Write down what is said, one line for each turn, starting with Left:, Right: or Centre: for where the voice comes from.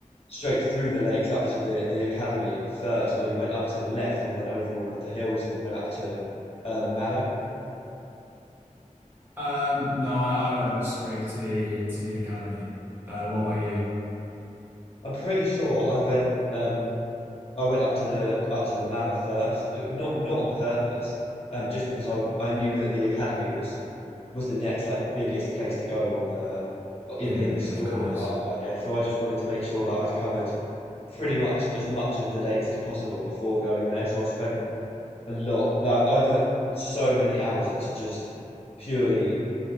Left: straight through the lakes up to the the academy first, or you went up to the left and went over all of the hills and went up to uh, the manor.
Right: Um, no, I, I went straight to the to the academy. Uh, what about you?
Left: I'm pretty sure I went um I went up to the up to the manor first, not not on purpose, um, just because I I knew that the academy was was the next like biggest place to go on the
Right: Yeah,
Left: in the in the
Right: yeah,
Left: story,
Right: of course.
Left: I, I guess. So I just wanted to make sure that I'd covered pretty much as much of the lakes as possible before going there. So I spent a lot, like I put so many hours into just purely